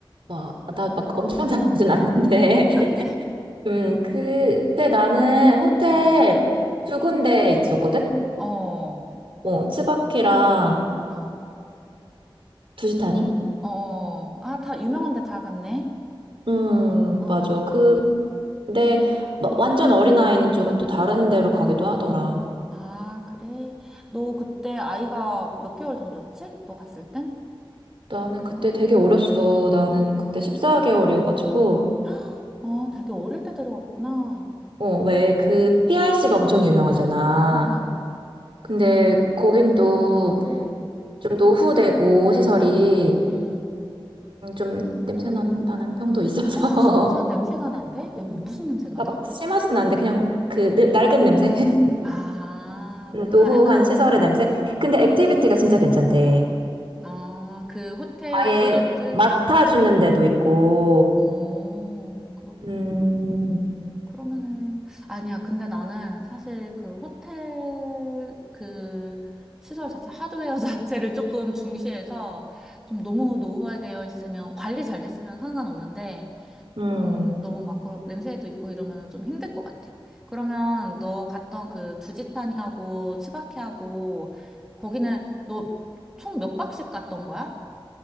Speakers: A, on the right; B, in the centre.
A: 뭐, 나 막 엄청 잘하진 않는데. <laughs>
B: 아, 그래?
A: 음, 그때 나는 호텔
B: <laughs>
A: 두 군데 있었거든?
B: 어, 어,
A: 어, 츠바키랑
B: 어,
A: 두시타니?
B: 어. 어. 아, 다 유명한 데 다 갔네?
A: 음,
B: 어.
A: 맞아. 그, 근데 막 완전 어린아이는 조금 또 다른 데로 가기도 하더라.
B: 아, 그래? 너 그때 아이가 몇 개월 정도였지? 너 갔을 땐?
A: 나는 그때 되게 어렸어. 나는 그때 14개월이어가지고.
B: <gasps> 아, 되게 어릴 때 데려갔구나.
A: 어, 왜 그 PRC가 엄청 유명하잖아.
B: 어, 어.
A: 근데 거긴 또
B: 음.
A: 좀 노후되고 시설이
B: 음.
A: 음, 좀 냄새 난, 나는 평도 있어서.
B: 아, 진짜? 냄새가 난대?
A: <laughs>
B: 냄
A: 음.
B: 무슨 냄새가
A: 그러니까
B: 나?
A: 막 심하진 않은데 그냥 그 늙- 낡은 냄새? <laughs>
B: 아,
A: 음,
B: 뭔가
A: 노후한
B: 약간,
A: 시설의 냄새? 근데
B: 아,
A: 액티비티가 진짜
B: 음,
A: 괜찮대.
B: 아, 그 호텔,
A: 아예
B: 리조트?
A: 맡아주는 데도 있고.
B: 오, 그렇구나.
A: 음,
B: 그러면은 아니야. 근데 나는 사실 그 호텔 그 시설 자체 하드웨어 <laughs> 자체를 조금 중시해서 좀 너무 노후화되어 있으면 관리 잘 됐으면 상관없는데 좀
A: 음.
B: 너무 막 그런 냄새도 있고 이러면 좀 힘들 것 같아. 그러면 너 갔던 그 두지타니하고 치바키하고 거기는 너 총 몇 박씩 갔던 거야?